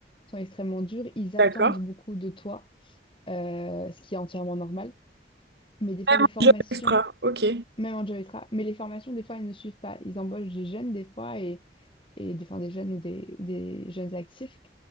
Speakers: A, on the left; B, on the right.
A: Sont extrêmement durs. Ils attendent
B: D'accord.
A: beaucoup de toi, euh, ce qui est entièrement normal. Mais des fois,
B: Moins
A: les formations,
B: de jobs extra, ok.
A: même en job extra, mais les formations, des fois, elles ne suivent pas. Ils embauchent des jeunes, des fois, et, et des, enfin, des jeunes ou des, ou des jeunes actifs.